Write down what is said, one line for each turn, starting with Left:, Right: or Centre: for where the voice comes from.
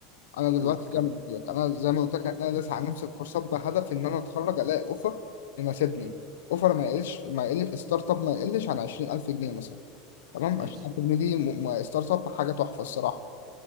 Left: انا
Right: قول
Left: دلوقتي
Right: كمل
Left: زي ما قلت لك انا زي ما قلت لك انا داس على نفس الكورسات بهدف ان انا اتخرج الاقي اوفر يناسبني
Right: امم
Left: اوفر ما يقلش ما يقل ستارت اب ما يقلش عن 20000 جنيه مثلا تمام
Right: ماشي
Left: 20000 جنيه دي م- م- ستارت اب حاجه تحفه الصراحه